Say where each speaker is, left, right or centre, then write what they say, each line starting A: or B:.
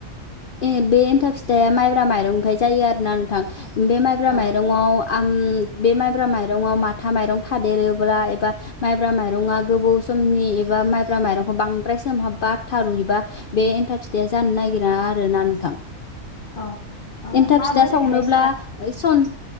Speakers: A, on the left (about 65°); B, on the left (about 35°).
A: ए बे एन्थाब फिथाइया माइब्रा माइरंनिफ्राय जायो? आरो ना नोंथां, बे माइब्रा
B: औ
A: माइरंआव आम बे माइब्रा माइरंआव माथा माइरं थादेरोब्ला एबा माइब्रा माइरङा गोबौ समनि एबा माइब्रा माइरंखौ बांद्राय सोमहाबबा थारुयोबा बे एन्थाब फिथाइ जानो नागिर रा आरोना नोंथां
B: औ ओ
A: एन्थाब
B: माबोरैहाय
A: फिथा सावनोब्ला
B: सावो
A: सन